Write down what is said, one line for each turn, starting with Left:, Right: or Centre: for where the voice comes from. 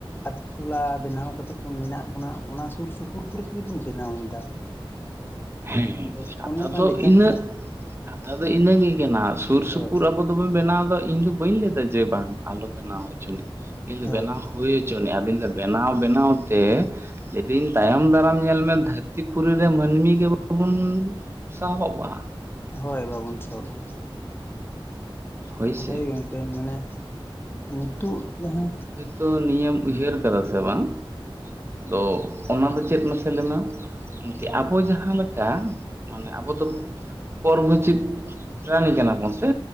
Left: ᱟᱛᱩ ᱴᱚᱞᱟ ᱵᱮᱱᱟᱣ ᱠᱟᱛᱮ ᱵᱚᱱ ᱢᱮᱱᱟᱜ ᱵᱚᱱᱟ᱾ ᱚᱱᱟ ᱥᱩᱨ ᱥᱩᱯᱩᱨ ᱠᱚᱨᱮ ᱜᱮᱵᱚᱱ ᱵᱮᱱᱟᱣ ᱮᱫᱟ᱾
Right: ᱦᱮ
Left: ᱟᱫᱚ
Right: ᱠᱟᱛᱷᱟ
Left: ᱚᱱᱮ ᱚᱱᱟ
Right: ᱫᱚ
Left: ᱞᱮᱠᱟᱛᱮ
Right: ᱤᱱᱟᱹᱜ᱾
Left: ᱱᱟᱜ
Right: ᱠᱟᱛᱷᱟ ᱫᱚ ᱤᱱᱟᱹ ᱜᱮ᱾ <unintelligible> ᱥᱩᱨ ᱥᱩᱯᱩᱨ
Left: ᱦᱳᱭ
Right: ᱟᱵᱚ ᱫᱚᱵᱚᱱ ᱵᱮᱱᱟᱣ ᱫᱚ ᱤᱧ ᱫᱚ ᱵᱟᱹᱧ ᱞᱟᱹᱭᱫᱟ ᱡᱮ ᱵᱟᱝ ᱟᱞᱚ ᱵᱮᱱᱟᱣ ᱦᱚᱪᱚᱣ ᱱᱤᱡ᱾ ᱤᱧ ᱫᱚ
Left: ᱦᱳᱭ
Right: ᱵᱮᱱᱟᱣ ᱦᱩᱭ ᱦᱚᱭ ᱪᱚᱱᱤᱡ ᱟᱵᱤᱱ ᱫᱚ ᱵᱮᱱᱟᱣ ᱵᱮᱱᱟᱣ ᱛᱮ᱾ ᱞᱮᱭᱫᱤᱧ ᱛᱟᱭᱚᱢ ᱫᱟᱨᱟᱢ ᱧᱮᱞ ᱢᱮ ᱫᱷᱟᱹᱨᱛᱤ ᱯᱩᱨᱤ ᱨᱮ ᱢᱟᱹᱱᱢᱤ ᱜᱮ ᱵᱚᱱ ᱥᱟᱦᱚᱵᱼᱟ᱾
Left: ᱦᱚᱭ ᱵᱟᱵᱚᱱ ᱥᱟᱦᱚᱵᱼᱟ᱾
Right: ᱦᱳᱭᱥᱮ
Left: ᱦᱚᱭ ᱜᱚᱝᱠᱮ ᱢᱟᱱᱮ ᱱᱤᱛᱚᱜ ᱡᱟᱦᱟ
Right: ᱛᱚ ᱱᱤᱭᱟᱹᱢ ᱩᱭᱦᱟᱹᱨ ᱟᱠᱟ ᱫᱟ ᱥᱮ ᱵᱟᱝ᱾ ᱫᱚ ᱚᱱᱟ ᱫᱚ ᱪᱮᱫ ᱢᱟᱥᱮ ᱞᱮᱢᱮ ᱟᱵᱚ ᱡᱟᱦᱟ ᱞᱮᱠᱟ ᱢᱟᱱᱮ ᱟᱵᱚ ᱫᱚ ᱯᱚᱨᱵᱤᱪᱤᱠ ᱯᱨᱟᱱᱤ ᱠᱟᱱᱟ ᱵᱚᱱ ᱥᱮ᱾